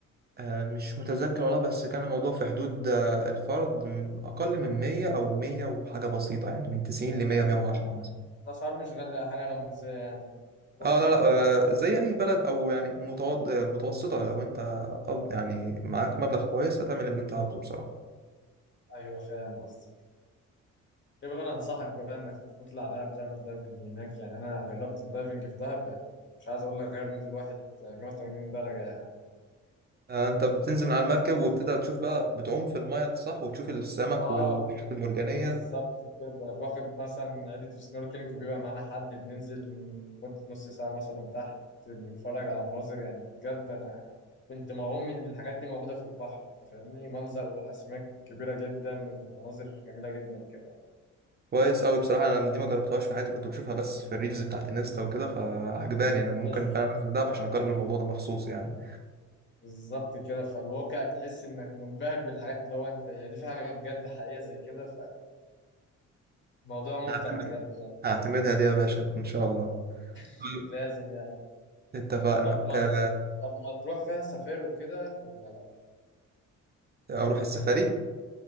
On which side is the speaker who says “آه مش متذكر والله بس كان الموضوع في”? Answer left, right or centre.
Right